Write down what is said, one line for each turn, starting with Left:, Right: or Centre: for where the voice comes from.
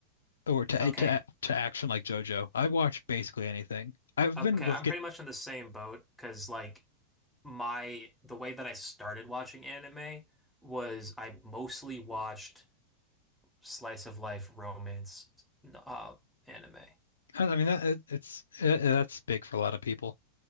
Left: or to
Centre: Okay.
Left: to to action like JoJo. I watch basically anything. I've
Centre: Okay,
Left: been re-
Centre: I'm pretty much in the same boat because like my the way that I started watching anime was I mostly watched slice of life romance uh anime.
Left: I I mean that it, it's uh that's big for a lot of people.